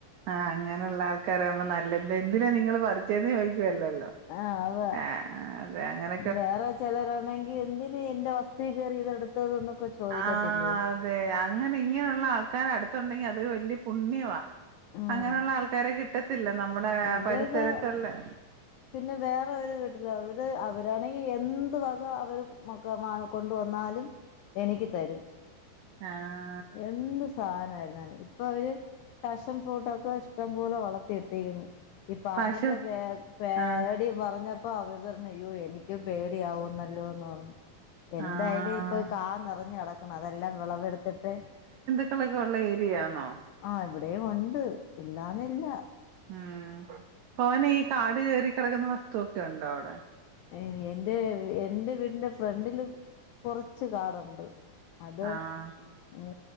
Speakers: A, on the right (about 90°); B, on the left (about 85°).
A: ആഹ് അങ്ങനൊള്ള ആൾക്കാരാവുമ്പോ നല്ല എന്താ എന്തിനാ നിങ്ങള് പറച്ചേന്ന് ചോദിക്കുവല്ലല്ലോ,
B: ആഹ് അതാ,
A: ആഹ് അതെ അങ്ങനെ,
B: വേറെ ചെലരാണെങ്കി എന്തിന് എന്റെ വസ്തു കേറി ഇതെടുത്തതെന്നൊക്കെ ചോദിക്കത്തില്ലേ
A: ആഹ് അതെ അങ്ങനെ ഇങ്ങനെള്ള ആൾക്കാര് അടുത്തുണ്ടെങ്കി അതൊരു വലിയ പുണ്യവാ
B: ആഹ്
A: അങ്ങനെള്ള ആൾക്കാരെ കിട്ടത്തില്ല നമ്മളെ
B: ഇവിടെയൊക്കെ
A: പരിസരത്തുള്ളെ
B: പിന്നെ വേറെര് വീട്ടില് അവര് അവരാണെങ്കി എന്ത് വക അവര് ക്കെ കൊണ്ടുവന്നാലും എനിക്ക് തരും
A: ആഹ്
B: എന്ത് സാധനയിരുന്നാലും പ്പൊ അവര് ഫാഷൻ ഫ്രൂട്ടൊക്കെ ഇഷ്ടം പോലെ വളർത്തി എടുത്തേക്ക്‌ന്ന് ഈ പാമ്പിന്റെ
A: പശു
B: പേ പേടി
A: ആഹ്
B: പറഞ്ഞ പ്പൊ അവ പറഞ്ഞയ്യോ എനിക്ക് പേടിയാവുന്നല്ലോന്ന് എന്തായാലും
A: ആഹ്
B: ഇപ്പൊ കാ നിറഞ്ഞ കിടക്കണ് അതെല്ലാം വിളവെടുത്തിട്ട്
A: മക്കളൊക്കെ ഒള്ള ഏരിയാന്നോ
B: ആഹ് ഇവിടെയുണ്ട് ഇല്ലാന്നില്ല
A: ഉം പവനെ ഈ കാട് കേറി കെടക്ക്‌ന്ന വസ്തുവൊക്കെയുണ്ടോ അവടെ
B: എഎൻറെ എന്റെ വീടിന്റെ ഫ്രണ്ടില് കൊർച്ച് കാടുണ്ട് അത്
A: ആഹ്
B: ഉ